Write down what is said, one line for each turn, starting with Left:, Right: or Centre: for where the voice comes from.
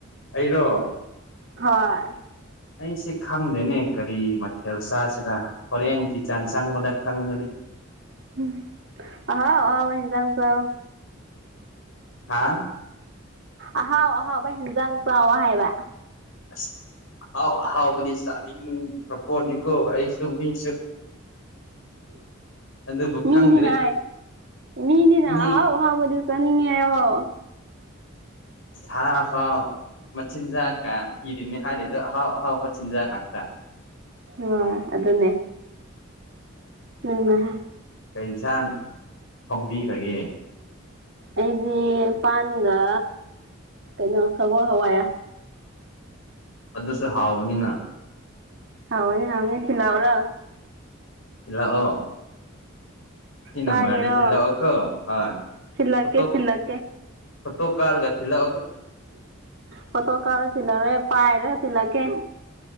Left: ꯑꯩꯔꯣ
Right: ꯍꯣꯏ
Left: ꯑꯩꯁꯦ ꯈꯪꯗꯦꯅꯦ ꯀꯔꯤ ꯃꯊꯦꯜ ꯆꯥꯁꯤꯅ ꯍꯣꯔꯦꯟ ꯀ ꯆꯥꯟ ꯆꯪꯕꯗ ꯈꯪꯉꯅꯤ
Right: ꯝ ꯑꯥꯎ ꯑꯥꯎ ꯏꯟꯖꯥꯡꯒ
Left: ꯍꯥꯥ
Right: ꯑꯍꯥꯎ ꯑꯍꯥꯎꯕ ꯍꯦꯟꯖꯥꯡ ꯆꯥꯎꯋ ꯍꯥꯏꯕ
Left: ꯑꯁ ꯍꯥꯎ ꯑꯍꯥꯎꯕꯨꯗꯤ ꯆꯗꯤ ꯐꯄꯣꯅꯤꯀꯣ ꯑꯩꯁꯨ ꯃꯤꯁꯨ ꯑꯗꯨꯕꯨ
Right: ꯃꯤꯅꯤꯅꯣ
Left: ꯈꯪꯗ꯭ꯔꯦ
Right: ꯃꯤꯅꯤꯅ
Left: ꯃꯤ
Right: ꯑꯣꯍ ꯃꯗꯨ ꯆꯅꯤꯡꯉꯣ
Left: ꯁꯥ ꯐꯥꯎ ꯃꯆꯤꯟꯖꯥꯛ ꯀ ꯊꯤꯔꯤꯅꯤ ꯍꯥꯏꯔꯤꯗꯣ ꯑꯍꯥꯎ ꯑꯍꯥꯎꯕ ꯆꯤꯟꯖꯥꯛ ꯍꯥꯏꯥꯛꯇ
Right: ꯑ ꯑꯗꯨꯗꯟꯅꯦ ꯅꯪꯅ
Left: ꯀꯩꯁꯥꯡ ꯐꯣꯡꯕꯤꯈ꯭ꯔꯒꯦ
Right: ꯑꯩꯗꯤ ꯄꯥꯟꯒ ꯀꯩꯅꯣ ꯁꯒꯣꯜ ꯍꯋꯥꯏꯔ
Left: ꯑꯗꯨꯁꯨ ꯍꯥꯎꯕꯅꯤꯅ
Right: ꯍꯥꯎꯅꯦ ꯃ ꯈꯂꯔ
Left: ꯏꯂꯑꯣ ꯁꯤ ꯅꯝꯕꯝꯕꯔꯗꯤꯂꯑꯣꯈꯣ
Right: ꯆꯥꯒꯦꯔꯣ
Left: ꯍ
Right: ꯊꯤꯜꯂꯛꯀꯦ
Left: ꯐꯣꯇꯣ
Right: ꯊꯤꯜꯂꯛꯀꯦ
Left: ꯐꯇꯣ ꯀꯥꯔꯒ ꯂ
Right: ꯐꯇꯀꯥ ꯔ ꯄꯥꯏꯔ ꯂꯒꯦ